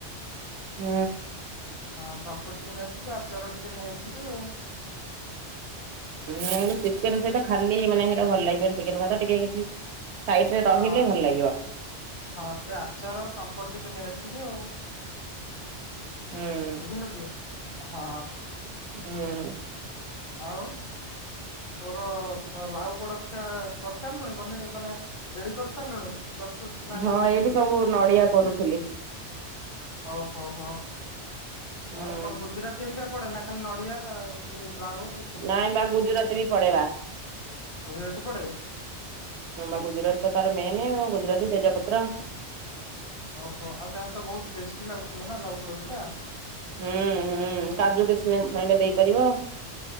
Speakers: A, on the right (about 75°); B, on the left (about 30°).
A: ହୁଁ।
B: ହଁ ପାମ୍ପଡ ଟିକେ ନେଇଆସିବେ ଆଚାର ଟିକେ ନେଇଆସିବେ ଆଉ।
A: ହୁଁ ଚିକେନ ସେଇଟ ଖାଲି ମାନେ ହେଟା ଭଲ ଲାଗିବନି ଚିକେନ ଭାତ ଟିକେ କିଛି। ସାଇଡ ରେ ରହିଲେ
B: ହଁ
A: ଭଲ ଲାଗିବ
B: ହଁ ସେ ଆଚାର ପାମ୍ପ ଟି ନେଇ ଆସିବେ ଆଉ।
A: ହୁଁ।
B: ବୁଝିଲୁ କି ହଁ।
A: ହୁଁ।
B: ଆଉ? ତୋର ତ ଲାଉ ପୋଡ ପିଠା କରି ସାରିଲୁଣି ପନି ମାନେ ରେଡି କରିସାରିଲୁଣି? ପ୍ରସ୍ତୁତ ନା
A: ହଁ
B: ହେଇନି
A: ଏଇଠି
B: କିଛି?
A: ସବୁ ନଡିଆ କରୁଥିଲି।
B: ହୋଉ ହୋଉ ହଉ
A: ହୁଁ
B: ଆଉ କଣ ଗୁଜୁରାତିରିକା ପଡେ ନା ଖାଲି ନ ଡିଆ ନା ଏମତି ଲାଉ ଇସୁବୁ,
A: ନାଇଁ ବା ଗୁଜୁରାତି ବି ପଡେଇବା
B: ଗୁଜୁରାତି ପଡେ?
A: ନମ ଗୁଜରାତି ତ ତାର ମେନେ ଗୁଜରାତି, ତେଜପତ୍ର।
B: ଓହୋ ଆଉ ତାହେଲେ ତ ବହୁତ ଟେଷ୍ଟି ଲାଗୁଥିବ ନା ଲାଉ ପୋଡ ପିଠା?
A: ହୁଁ ହୁଁ କାଜୁ କିସ୍ମିସ ଚାହିଁଲେ ଦେଇପାରିବ।